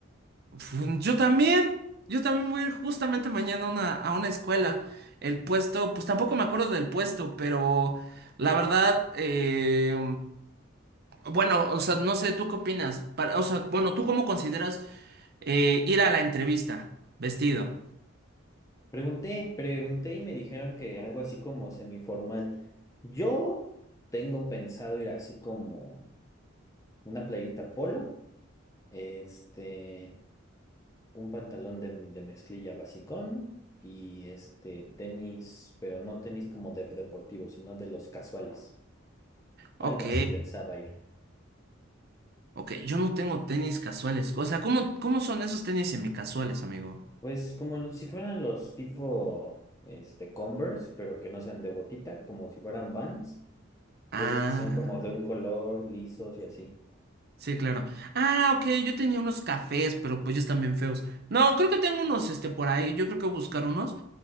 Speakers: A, on the right; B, on the left.
A: Fun- Yo también, yo también voy a ir justamente mañana a una, a una escuela. El puesto, pues tampoco me acuerdo del puesto, pero la verdad, eh, bueno, o sea, no sé, ¿tú qué opinas? Para- o sea, bueno, ¿tú cómo consideras eh, ir a la entrevista vestido?
B: Pregunté, pregunté y me dijeron que algo así como semiformal. Yo tengo pensado ir así como una playita polo, este, un pantalón de, de mezclilla basicón y este tenis, pero no tenis como de deportivos, sino de los casuales.
A: Ok,
B: Algo así pensaba ir.
A: ok, yo no tengo tenis casuales. O sea, ¿cómo, cómo son esos tenis semicasuales, amigo?
B: Pues como si fueran los tipo este Converse, pero que no sean de botita, como si fueran Vans,
A: Ah.
B: de esos que son como de un color, lisos y así.
A: Sí, claro. Ah, ok, yo tenía unos cafés, pero pues ya están bien feos. No, creo que tengo unos, este, por ahí. Yo creo que voy a buscar unos.